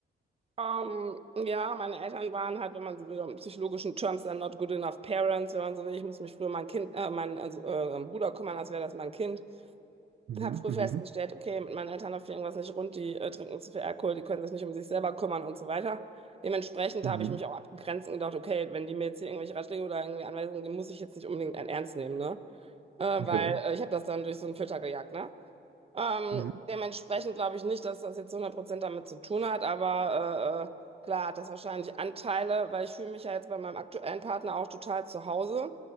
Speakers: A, on the right (about 30°); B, on the right (about 60°).
A: Ähm, ja, meine Eltern waren halt, wenn man so will, in psychologischen Terms, dann not good enough parents, wenn man so will. Ich muss mich früher um mein Kind, äh, mein, also, äh, Bruder kümmern, als wäre das mein Kind.
B: Mhm,
A: Ich habe früh
B: mhm,
A: festgestellt, okay, mit meinen Eltern läuft irgendwas nicht rund, die äh, trinken zu viel Alkohol, die können sich nicht um sich selber kümmern und so weiter. Dementsprechend
B: mhm,
A: habe ich mich auch abgegrenzt und gedacht, okay, wenn die mir jetzt hier irgendwelche Ratschläge oder irgendwie Anweisungen geben, muss ich jetzt nicht unbedingt ernst nehmen, ne? Äh,
B: okay.
A: weil äh, ich habe das dann durch so einen Filter gejagt, ne? Ähm,
B: Mhm,
A: dementsprechend glaube ich nicht, dass das jetzt hundert Prozent damit zu tun hat, aber äh, äh, klar hat das wahrscheinlich Anteile, weil ich fühle mich ja jetzt bei meinem aktuellen Partner auch total zu Hause.